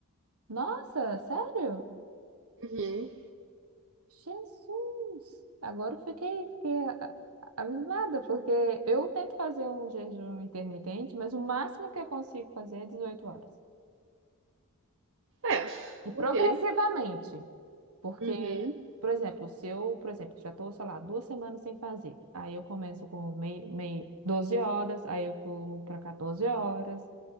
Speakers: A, on the right (about 75°); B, on the right (about 60°).
A: Nossa, sério?
B: Uhum.
A: Jesus! Agora eu fiquei, fiquei a- a- abismada, porque eu tento fazer um jejum intermitente, mas o máximo que eu consigo fazer é 18 horas.
B: É,
A: E progressivamente.
B: ok.
A: Porque,
B: Uhum.
A: por exemplo, se eu, por exemplo, já estou, sei lá, duas semanas sem fazer, aí eu começo com meio, meio 12 horas, aí eu pulo para 14 horas,